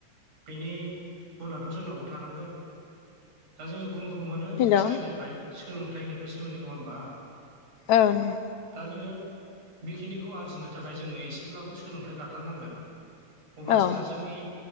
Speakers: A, on the right; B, on the left.
A: बेनि गुनाथ' जोंनावबो थानांगोन दा जोंङो गुन खौ मोनो
B: हेल'
A: जायनिफ्राय
B: औ
A: सोलोंथाइनिफ्रायसो मोनो नंङा होमबा
B: औ नंगौ
A: दा जोंङो बेखिनिखौ आरजिनो थाखाय जोंङोनो एसेब्लाबो सोलोंथाइ लाथारनांगोन अब्लासोना
B: औ
A: जोंनि